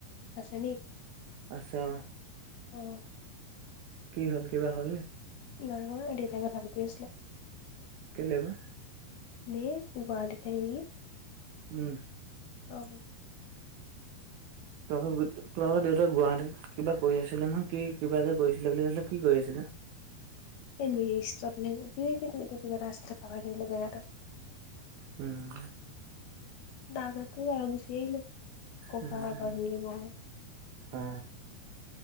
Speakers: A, on the left; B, on the right.
A: আছে নি?
B: আছে অঁ।
A: অঁ।
B: কি হ'ল? কিবা হ'ল নি?
A: নাই হোৱা, সেহতি এতিয়া কথা পাতি আছিলে।
B: কেলে বা?
A: ঢেৰ সোপাদিলে নেকি?
B: উম।
A: অঁ।
B: তোমালোকৰ দেউত তোমালোকৰ দেউতা গুৱাহাটীত কিবা কৰি আছিলে নহয়, কি কিবা এটা কৰিছিলে বুলি কৈছিলে কি কৰি আছিলে?
A: <unintelligible>
B: উম।
A: দাদাটো আ গুচি আহিলে ককা
B: উম
A: আইতাৰ
B: উম
A: ঘৰ।
B: অ